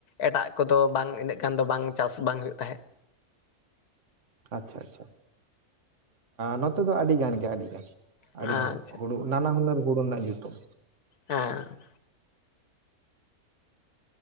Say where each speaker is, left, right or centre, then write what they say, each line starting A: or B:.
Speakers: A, on the left; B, on the right.
A: ᱮᱴᱟᱜ ᱠᱚᱫᱚ ᱵᱟᱝ ᱤᱱᱟᱹᱜ ᱜᱟᱱ ᱫᱚ ᱵᱟᱝ ᱪᱟᱥ ᱵᱟᱝ ᱦᱩᱭᱩᱜ ᱛᱟᱦᱮᱸᱫ ᱾
B: ᱟᱪᱪᱷᱟ ᱟᱪᱪᱷᱟ ᱱᱚᱛᱮ ᱫᱚ ᱟᱹᱰᱤ ᱜᱟᱱ ᱜᱮ ᱟᱹᱰᱤᱜᱟᱱ
A: ᱟᱪᱪᱷᱟ
B: ᱟᱹᱰᱤᱜᱟᱱ ᱦᱩᱲᱩ ᱾ ᱱᱟᱱᱟ ᱦᱩᱱᱟᱹᱨ ᱦᱩᱲᱩ ᱨᱮᱱᱟᱜ ᱧᱩᱛᱩᱢ?
A: ᱮᱸ